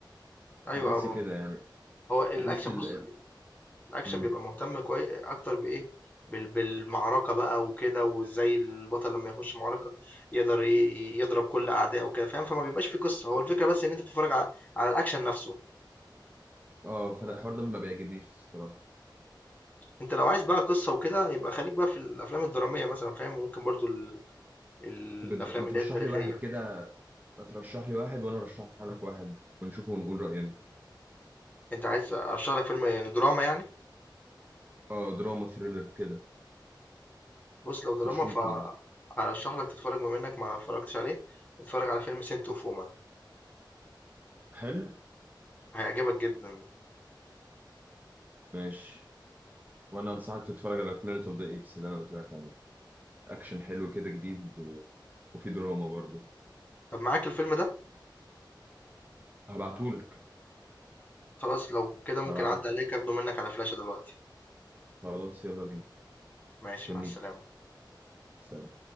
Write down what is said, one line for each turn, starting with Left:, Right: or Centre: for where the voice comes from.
Left: ايوه
Right: بحس
Left: هو
Right: كده يعني
Left: هو الاكشن
Right: بحس ال
Left: بص الاكشن
Right: مم.
Left: بيبقى مهتم كويس اكتر بايه بال- بالمعركه بقى وكده وازاي البطل لما يخش معركه يقدر ي- يضرب كل اعدائه وكده فاهم فما بيبقاش في قصه هو الفكره بس ان انت تتفرج على, على الاكشن نفسه
Right: اه فانا الحوار ده ما بيعجبنيش الصراحه
Left: انت لو عايز بقى قصه وكده يبقى خليك بقى في الافلام الدراميه مثلا فاهم وممكن برضو ال... الافلام
Right: طب ما ترشح
Left: اللي هي التاريخيه
Right: لي واحد كده ما ترشح لي واحد وانا ارشح لك واحد ونشوفه ونقول راينا
Left: انت عايز ارشح لك فيلم يعني دراما يعني
Right: اه دراما ثريلر كده
Left: بص لو دراما
Right: تشويقي
Left: فارشح
Right: يعني
Left: لك تتفرج بما انك ما اتفرجتش عليه اتفرج على فيلم سنت اوف وومن
Right: حلو
Left: هيعجبك جدا
Right: ماشي وانا انصحك تتفرج على بلانيت اوف ذا ايبس اللي انا قلت لك عليه اكشن حلو كده جديد و... وفي دراما برضو
Left: طب معاك الفيلم ده
Right: هبعتهولك
Left: خلاص لو كده ممكن
Right: لو عايز
Left: أعدي عليك أخده منك على فلاشة دلوقتي
Right: خلاص يلا بينا
Left: ماشي
Right: استنيك
Left: مع السلامة
Right: سلام